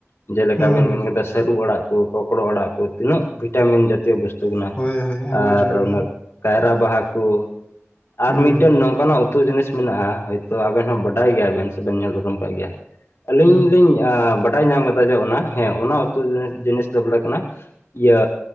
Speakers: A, on the left; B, on the left.
A: ᱡᱮᱞᱮᱠᱟ
B: ᱦᱩᱸ
A: ᱵᱮᱱ ᱢᱮᱱ ᱟᱠᱟᱫᱟ ᱥᱟᱹᱨᱩ ᱟᱲᱟᱜ ᱠᱚ ᱠᱚᱠᱲᱚ ᱟᱲᱟᱜ ᱠᱚ ᱛᱤᱱᱟᱹᱜ ᱵᱷᱤᱴᱟᱢᱤᱱ ᱡᱟᱛᱤᱭᱚ ᱵᱚᱥᱛᱩ
B: ᱦᱳᱭ
A: ᱾
B: ᱦᱳᱭ ᱟᱭᱢᱟ
A: ᱟᱨ
B: ᱰᱷᱮᱨ
A: ᱚᱱᱟ ᱠᱟᱭᱨᱟ ᱵᱟᱦᱟ ᱠᱚ ᱟᱨ
B: ᱦᱩᱸ
A: ᱢᱤᱫᱴᱮᱱ ᱱᱚᱝ ᱠᱟᱱᱟᱜ ᱩᱛᱩ ᱡᱤᱱᱤᱥ ᱢᱮᱱᱟᱜᱼᱟ ᱦᱚᱳᱭᱛᱳ ᱟᱵᱮᱱ ᱦᱚᱸ ᱵᱟᱰᱟᱭ ᱜᱮᱭᱟ ᱵᱮᱱ ᱥᱮᱵᱮᱱ ᱧᱮᱞ ᱩᱨᱩᱢ ᱠᱟᱜ ᱜᱮᱭᱟ ᱟᱹᱞᱤᱧ
B: ᱦᱩᱸ
A: ᱞᱤᱧ ᱵᱟᱰᱟᱭ ᱧᱟᱢ ᱠᱟᱫᱟ ᱡᱮ ᱚᱱᱟ ᱦᱮᱸ ᱚᱱᱟ ᱩᱛᱩ ᱡᱤᱱᱤᱥ ᱫᱚ ᱵᱚᱞᱮ ᱠᱟᱱᱟ ᱤᱭᱟᱹ